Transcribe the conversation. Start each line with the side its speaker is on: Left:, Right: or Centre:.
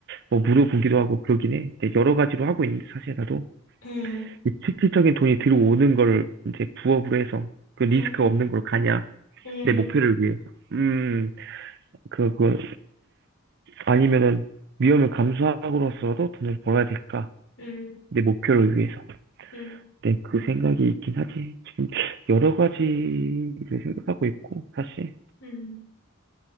Right: 뭐 물어보기도 하고 그러긴 해. 근데 여러 가지로 하고 있는데 사실 나도
Left: 음,
Right: 이 실질적인 돈이 들어오는 걸 이제 부업으로 해서 그 리스크
Left: 음,
Right: 없는 걸로 가냐.
Left: 음,
Right: 내 목표를 위해서. 음, 그, 그, 아니면은 위험을 감수하고로서도 돈을 벌어야 될까?
Left: 음,
Right: 내 목표를 위해서.
Left: 음,
Right: 네, 그 생각이 있긴 하지. 지금 여러 가지를 생각하고 있고, 사실.
Left: 음.